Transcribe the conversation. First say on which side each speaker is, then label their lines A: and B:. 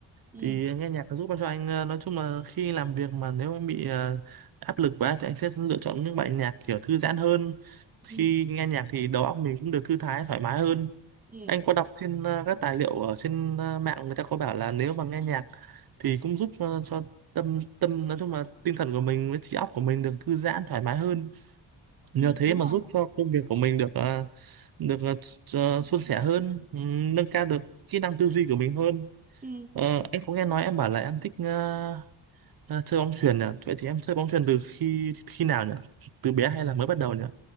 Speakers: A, on the right; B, on the right.
A: ừ
B: thì nghe nhạc nó giúp cho anh ờ, nói chung là khi làm việc mà nếu em bị ờ, áp lực quá thì anh sẽ lựa chọn những bài nhạc kiểu thư giãn hơn khi
A: ừ
B: nghe nhạc thì đầu óc mình cũng được thư thái thoải mái hơn
A: ừ,
B: anh có đọc trên ờ, các tài liệu ở trên ờ, mạng người ta có bảo là nếu mà nghe nhạc thì cũng giúp ờ, cho tâm tâm nói chung là tinh thần của mình với trí óc của mình được thư giãn thoải mái hơn nhờ
A: ừ,
B: thế
A: đúng
B: mà
A: rồi
B: giúp cho công việc của mình được ờ, được ờ, s- ờ, suôn sẻ hơn ừm, nâng cao được kỹ năng tư duy của mình hơn
A: Ừ.
B: Ờ, em có nghe nói em bảo là em thích ờ, ờ, chơi bóng chuyền nhỉ? Vậy thì em chơi bóng chuyền từ khi khi nào nhỉ? Từ bé hay là mới bắt đầu nhỉ?